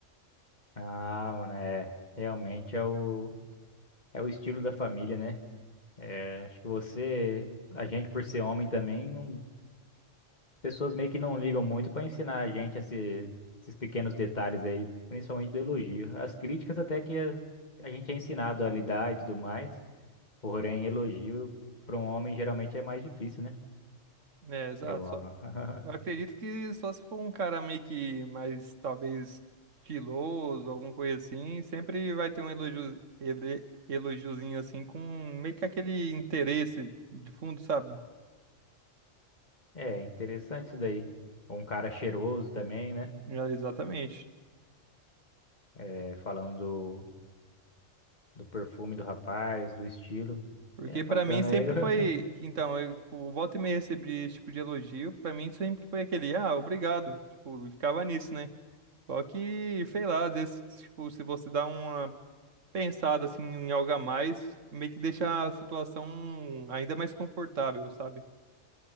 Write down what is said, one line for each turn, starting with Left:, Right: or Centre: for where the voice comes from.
Left: ah, mano, é, realmente é o, é o estilo da família, né? É, acho que você, a gente por ser homem também, não- as pessoas meio que não ligam muito para ensinar a gente esse- esses pequenos detalhes aí, principalmente do elogio. As críticas até que a a gente é ensinado a lidar e tudo mais. Porém, elogio para um homem geralmente é mais difícil, né?
Right: É, exato.
Left: Eu, <laughs>
Right: Eu acredito que só se for um cara meio que mais, talvez, estiloso, alguma coisa assim, sempre vai ter um elogio, ele- elogiozinho assim, com meio que aquele interesse de fundo, sabe?
Left: é interessante isso daí. Um cara cheiroso também, né?
Right: É, Exatamente.
Left: É, falando do, do perfume do rapaz, do estilo.
Right: Porque
Left: É bacana,
Right: pra mim sempre
Left: eu <laughs>
Right: foi, que, então, eu, tipo, volta e meia recebi esse tipo de elogio, pra mim sempre foi aquele, ah, obrigado, tipo, eu ficava nisso, né? Só que, sei lá, às vezes, tipo, se você dá uma pensado assim em algo a mais, meio que deixa a situação ainda mais confortável, sabe?